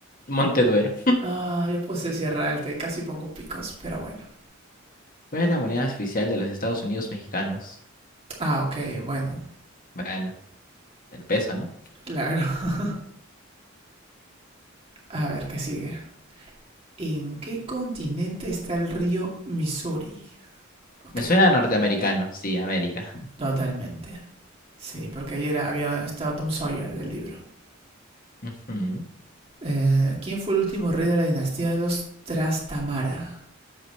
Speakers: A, on the left; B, on the right.
A: Monteduero.
B: Ah, yo puse Sierra Alta y casi pongo picos, pero bueno.
A: ¿Cuál es la moneda oficial de los Estados Unidos mexicanos?
B: Ah, ok, bueno,
A: Bueno, el peso, ¿no?
B: claro. <laughs> a ver, ¿qué sigue? ¿En qué continente está el río Missouri? Ok.
A: Me suena a norteamericano. Sí, América.
B: Totalmente. Sí, porque ayer había, estaba Tom Sawyer del libro.
A: <laughs> Ujú.
B: Eh, ¿Quién fue el último rey de la dinastía de los Trastamara?